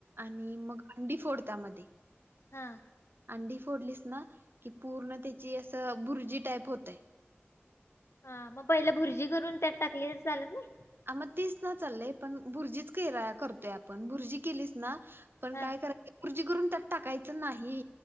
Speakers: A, on the right; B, on the left.
A: आणि मंग अंडी फोड त्यांमध्ये
B: हां
A: अंडी फोडलीस नां की पूर्ण त्यांची असं भुर्जी टाईप होतंय
B: हां मंग पहिले भुर्जी करूंन त्यांत टाकली तरं चालतं नाहीं
A: आ मंग तीच नां चाललंय पणं भुर्जीच करतोय आपणं भुर्जी केलीस नां पणं
B: हा
A: कायं करायचं भुर्जी करूंन त्यां टाकायचं नाही